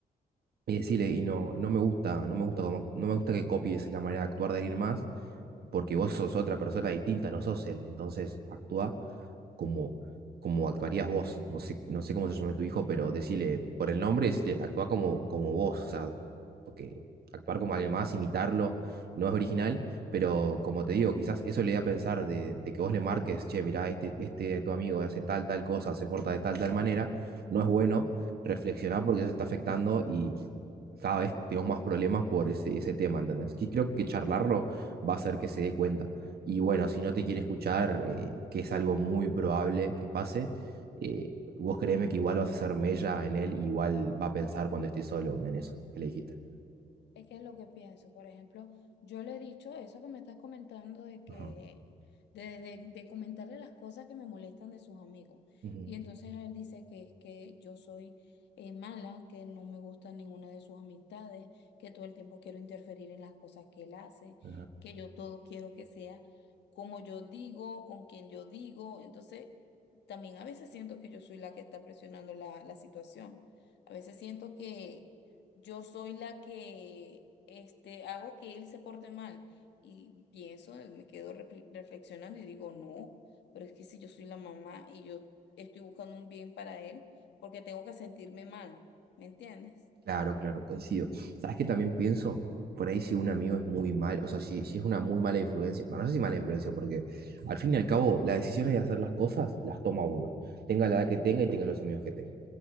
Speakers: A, on the right (about 65°); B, on the left (about 85°).
A: y decirle, y no, no me gusta, no me gusta como, no me gusta que copies la manera de actuar de alguien más, porque vos sos otra persona distinta, no sos él. Entonces, actúa como, como actuarías vos. No sé, no sé cómo se llama tu hijo, pero decirle por el nombre, decirle, actúa como, como vos, o sea, porque actuar como alguien más, imitarlo, no es original, pero como te digo, quizás eso le da a pensar de, de que vos le marques, che, mirá, este, este tu amigo hace tal, tal cosa, se porta de tal, tal manera, no es bueno reflexionar porque eso está afectando y cada vez tenemos más problemas por ese, ese tema, ¿entendés? Que creo que charlarlo va a hacer que se dé cuenta. Y bueno, si no te quiere escuchar, eh, que es algo muy probable que pase, eh, vos créeme que igual vas a hacer mella en él, igual va a pensar cuando esté solo en eso que le dijiste.
B: Es que es lo que pienso. Por ejemplo, yo le he dicho eso que me estás comentando de que,
A: Ajá.
B: de, de, de comentarle las cosas que me molestan de sus amigos.
A: Ujú.
B: Y entonces él dice que es que yo soy eh, mala, que no me gusta ninguna de sus amistades, que todo el tiempo quiero interferir en las cosas que él hace,
A: Ajá.
B: que yo todo quiero que sea como yo digo, con quien yo digo. Entonces, también a veces siento que yo soy la que está presionando la, la situación. A veces siento que yo soy la que este, hago que él se porte mal. Y pienso, eh, me quedo refle- reflexionando y digo, no, pero es que si yo soy la mamá y yo estoy buscando un bien para él, porque tengo que sentirme mal, ¿me entiendes?
A: Claro, claro, coincido. ¿Sabes que también pienso? Por ahí si un amigo es muy mal, o sea, si, si es una muy mala influencia, bueno, no sé si mala influencia, porque al fin y al cabo las decisiones de hacer las cosas las toma uno, tenga la edad que tenga y tenga los amigos que tenga.